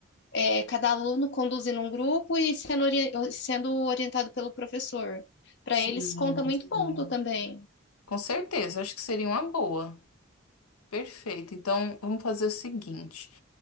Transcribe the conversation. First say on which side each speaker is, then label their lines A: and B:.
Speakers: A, on the left; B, on the left.
A: é, cada aluno conduzindo um grupo e sendo, ori- sendo orientado pelo professor. Para
B: sim,
A: eles conta muito
B: sim.
A: ponto também.
B: Com certeza, acho que seria uma boa. Perfeito. Então, vamos fazer o seguinte.